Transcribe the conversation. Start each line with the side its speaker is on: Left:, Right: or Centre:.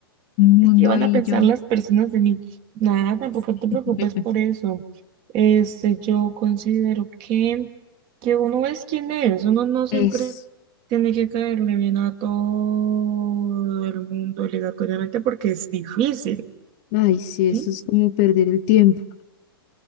Left: un mundo
Right: Es que van
Left: ahí
Right: a pensar
Left: yo.
Right: las personas de mí. Nada, tampoco
Left: <laughs>
Right: te preocupes por eso. Este, yo considero que, que uno es quien es, uno no siempre
Left: Es,
Right: tiene que caerle bien a todo el mundo obligatoriamente porque es difícil,
Left: ay, sí,
Right: ¿sí?
Left: eso es como perder el tiempo,